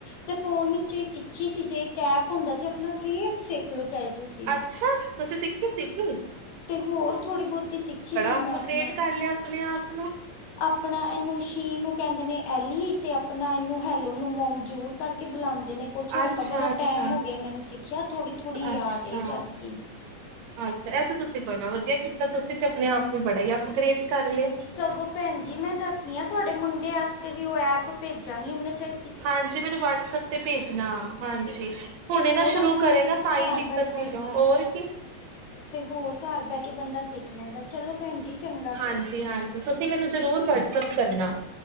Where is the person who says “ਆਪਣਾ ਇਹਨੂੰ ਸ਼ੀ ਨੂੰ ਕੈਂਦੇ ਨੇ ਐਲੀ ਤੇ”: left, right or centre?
Left